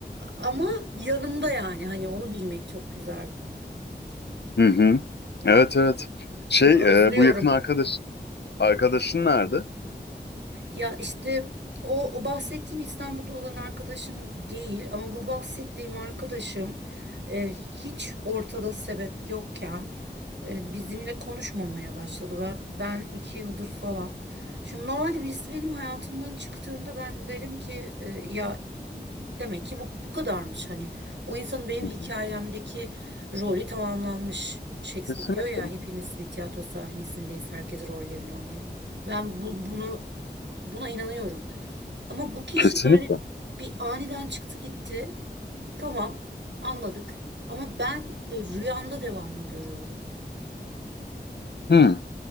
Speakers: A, on the right (about 85°); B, on the left (about 75°).
A: Ama yanımda yani hani onu bilmek çok güzel.
B: Hı hı. Evet evet. Şey
A: Bunu özlüyorum.
B: e, bu yakın arkadaş arkadaşın nerede? Hı
A: Ya işte o, o bahsettiğim İstanbul'da olan arkadaşım değil ama bu bahsettiğim arkadaşım e, hiç ortada sebep yokken e, bizimle konuşmamaya başladı. Ben, ben iki yıldır falan. Şimdi normalde birisi benim hayatımdan çıktığında ben derim ki e, ya demek ki bu, bu kadarmış hani. O insanın benim
B: hı.
A: hikayemdeki rolü tamamlanmış. Shakespeare
B: Kesinlikle.
A: diyor ya hepimiz bir tiyatro sahnesindeyiz. Herkes rollerini oynuyor. Ben bu- bunu Buna inanıyorum. Ama bu kişi
B: Kesinlikle.
A: böyle bir aniden çıktı gitti. Tamam, anladık. Ama ben e, rüyamda devamlı görüyorum.
B: Hı.